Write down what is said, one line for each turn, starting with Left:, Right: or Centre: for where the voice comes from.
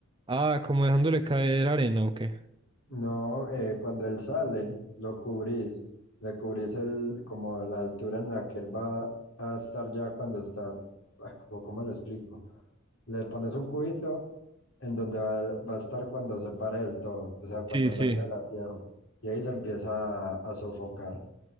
Right: Ah, como dejándole caer arena, ¿o qué?
Left: No, eh, cuando él sale, lo cubrís, le cubrís el, como la altura en la que él va a estar ya cuando está, ah, ¿cómo cómo le explico? Le pones un cubito en donde va, va a estar cuando se pare del todo, o sea, cuando
Right: Sí, sí.
Left: salga de la tierra. Y ahí se empieza a, a sofocar